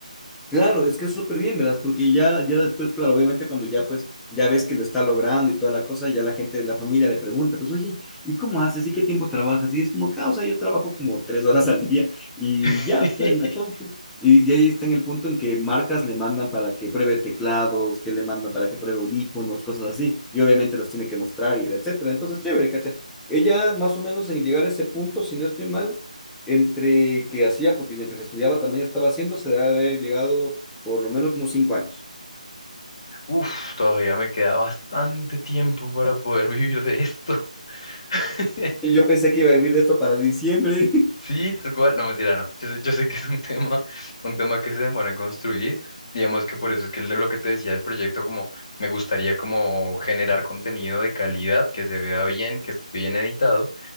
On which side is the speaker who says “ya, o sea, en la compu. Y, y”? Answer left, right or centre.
Centre